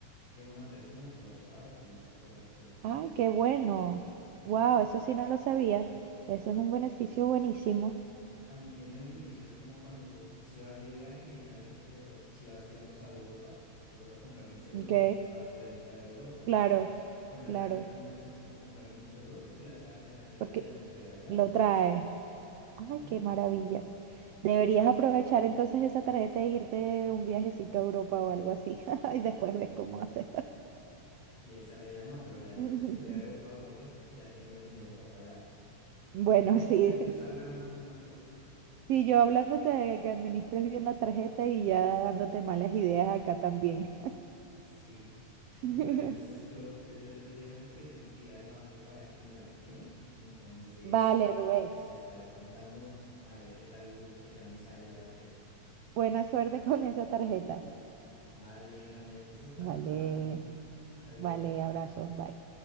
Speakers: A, on the left (about 60°); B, on the right (about 75°).
A: llega una persona, te lo repara y a ti no te va a cobrar absolutamente
B: Ay,
A: nada.
B: qué bueno. Wow,
A: Tam-
B: eso sí no lo sabía. Ese es un beneficio buenísimo.
A: también tiene beneficios como cuando tú, si vas de viaje, generalmente te to- si vas, digamos, a Europa, te toca comprar un seguro
B: Ok,
A: para poder entrar a Europa.
B: claro,
A: Con la
B: claro,
A: tarjeta no necesitas comprar ningún seguro porque la, tra- la tarjeta
B: porque
A: te lo entrega gratis.
B: lo trae. Ay,
A: Ujú.
B: qué maravilla. Deberías aprovechar entonces esa tarjeta e irte un viajecito a Europa o algo así. <laughs> Y después ves cómo haces.
A: Sí, esa es la idea, no, pero la idea
B: <laughs>
A: es que si voy a ir a Europa es porque ya tengo el dinero para pagar, porque
B: Bueno,
A: no
B: sí.
A: hay que usarla
B: <laughs>
A: más de una cuota.
B: Sí, yo hablándote de que administres bien la tarjeta y ya dándote malas ideas acá también.
A: Sí, <laughs>
B: <laughs>
A: bueno, entonces yo, yo, yo estoy dejando porque tengo que ir al banco para que me la activen, entonces
B: Vale, Rubén.
A: pues te estaré contando a ver qué tal, qué tal me sale la tarjeta.
B: Buena suerte con esa tarjeta.
A: Vale, María, entonces estamos
B: Vale,
A: hablando. <laughs> Adiós.
B: vale, abrazos, bye.